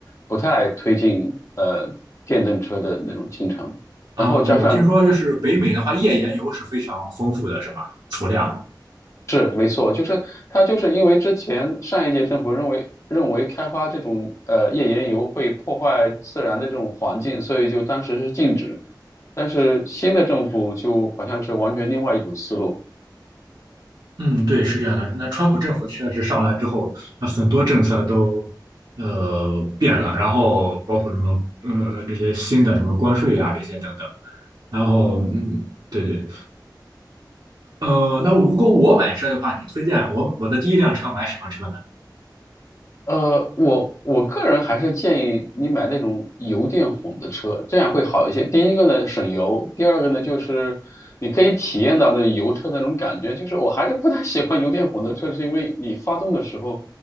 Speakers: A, on the left; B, on the right.
A: 不太推进呃电动车的那种进程。
B: 啊。
A: 然后加上
B: 对，我听说就是北美的话，页岩油是非常丰富的，是吧？储量。
A: 是没错，就是它就是因为之前上一届政府认为认为开发这种呃页岩油会破坏自然的这种环境，所以就当时是禁止。但是新的政府就好像是完全另外一种思路，
B: 嗯，对，是这样的。那川普政府确实上来之后，那很多政策都呃变了，然后包括什么呃这些新的什么关税啊这些等等，然后嗯，对对。呃，那如果我买车的话，你推荐我我的第一辆车买什么车呢？
A: 呃，我我个人还是建议你买那种油电混的车，这样会好一些。第一个呢省油，第二个呢就是你可以体验到那油车的那种感觉。就是我还是不太喜欢油电混的车，是因为你发动的时候，